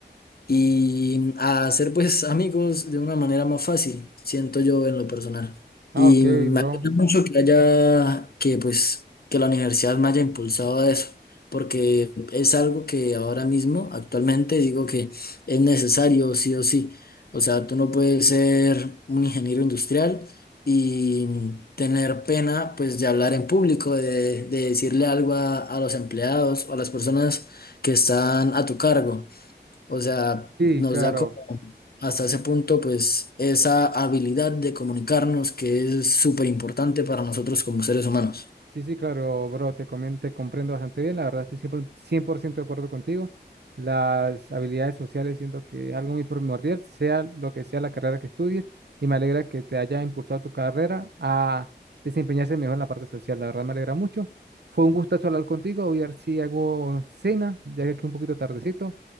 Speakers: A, on the left; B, on the right.
A: y a hacer pues amigos de una manera más fácil, siento yo en lo personal.
B: Ah,
A: Y
B: ok,
A: me
B: bro.
A: alegra mucho que haya, que pues, que la universidad me haya impulsado a eso, porque es algo que ahora mismo, actualmente, digo que es necesario sí o sí. O sea, tú no puedes ser un ingeniero industrial y tener pena pues de hablar en público, de, de decirle algo a, a los empleados o a las personas que están a tu cargo. O sea,
B: Sí,
A: nos
B: claro.
A: da como hasta ese punto, pues, esa habilidad de comunicarnos que es súper importante para nosotros como seres humanos.
B: Sí, sí, claro, bro, te comento, te comprendo bastante bien. La verdad, estoy siempre 100% de acuerdo contigo. Las habilidades sociales siento que es algo muy primordial, sea lo que sea la carrera que estudies, y me alegra que te haya impulsado tu carrera a desempeñarse mejor en la parte social. La verdad, me alegra mucho. Fue un gustazo hablar contigo. Voy a ver si hago cena, ya que aquí es un poquito tardecito.